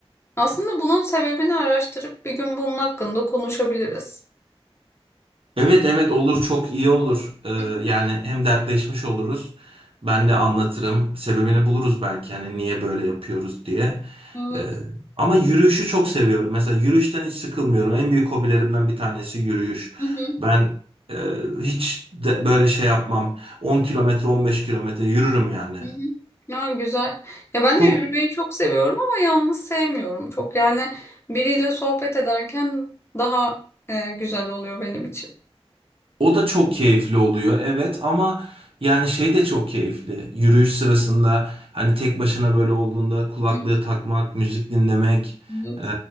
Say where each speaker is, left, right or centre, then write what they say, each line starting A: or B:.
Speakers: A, on the left (about 25°); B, on the right (about 65°).
A: Aslında bunun sebebini araştırıp bir gün bunun hakkında konuşabiliriz.
B: Evet evet olur çok iyi olur. Ee,
A: Hı hı.
B: yani hem dertleşmiş oluruz. Ben de anlatırım. Sebebini buluruz belki yani niye böyle yapıyoruz diye.
A: Evet.
B: Ee, ama yürüyüşü çok seviyorum. Mesela yürüyüşten hiç sıkılmıyorum. En büyük hobilerimden bir tanesi yürüyüş.
A: Hı hı.
B: Ben e, hiç de böyle şey yapmam. 10 kilometre 15 kilometre yürürüm yani.
A: Hı hı. Ya güzel. Ya ben
B: Çok
A: de yürümeyi çok seviyorum ama yalnız sevmiyorum çok. Yani biriyle sohbet ederken daha e, güzel oluyor benim için.
B: O da çok keyifli oluyor evet ama yani şey de çok keyifli. Yürüyüş sırasında hani tek başına böyle olduğunda kulaklığı
A: Hı
B: takmak, müzik dinlemek,
A: hı.
B: e,